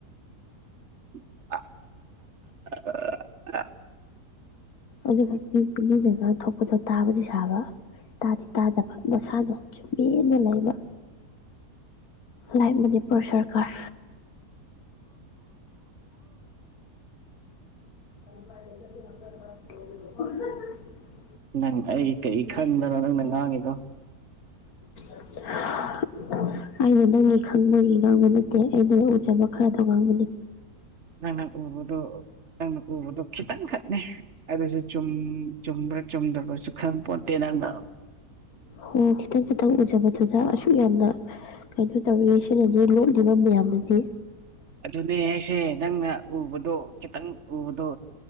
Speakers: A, on the right; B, on the left.
A: <inaudible>
B: ꯑꯗꯨꯒ <unintelligible> ꯊꯣꯛꯄꯗꯣ ꯇꯥꯕꯗꯤ ꯁꯥꯕ ꯇꯥꯗꯤ ꯇꯥꯗꯕ ꯃꯁꯥꯗꯣ ꯆꯨꯝꯃꯦꯅ ꯂꯩꯕ ꯂꯥꯏꯞ ꯃꯅꯤꯄꯨꯔ ꯁꯥꯔꯀꯥꯔ <inaudible>
A: ꯅꯪ ꯑꯩ ꯀꯔꯤ ꯈꯪꯗꯅ ꯅꯪꯅ ꯉꯥꯡꯉꯤꯗꯣ
B: <inaudible> ꯑꯩꯅ ꯅꯪꯒꯤ ꯈꯪꯕꯒꯤ ꯉꯥꯡꯕ ꯅꯠꯇꯦ ꯑꯩꯅ ꯎꯖꯕ ꯈꯔꯗꯣ ꯉꯥꯡꯕꯅꯤ
A: ꯅꯪꯅ ꯎꯕꯗꯣ ꯅꯪꯅ ꯎꯕꯗꯣ ꯈꯤꯇꯪ ꯈꯛꯅꯦ ꯑꯗꯨꯁꯨ ꯆꯨꯝ ꯆꯨꯝꯕ꯭ꯔꯥ ꯆꯨꯝꯗꯕ꯭ꯔꯥꯁꯨ ꯈꯪꯄꯣꯟꯇꯦ ꯅꯪꯗꯣ
B: ꯍꯣ ꯈꯤꯇꯪ ꯈꯤꯇꯪ ꯎꯖꯕꯗꯨꯗ ꯑꯁꯨꯛ ꯌꯥꯝꯅ ꯀꯩꯅꯣ ꯇꯧꯔꯤꯁꯤꯅꯗꯤ ꯂꯣꯠꯂꯤꯕ ꯃꯌꯥꯝꯅꯗꯤ
A: ꯑꯗꯨꯅꯦ ꯍꯩꯁꯦ ꯅꯪꯅ ꯎꯕꯗꯣ ꯈꯤꯇꯪ ꯎꯕꯗꯣ